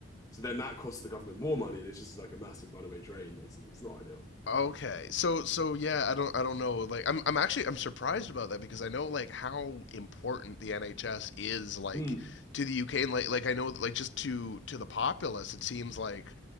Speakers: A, on the left (about 15°); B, on the left (about 65°).
A: So then that costs the government more money, and it's just like a massive runaway drain. Basically, it's not ideal.
B: Okay. So so yeah, I don't I don't know. Like I'm I'm actually I'm surprised about that because I know like how important the NHS is like
A: Mm.
B: to the UK and like like I know that like just to to the populace it seems like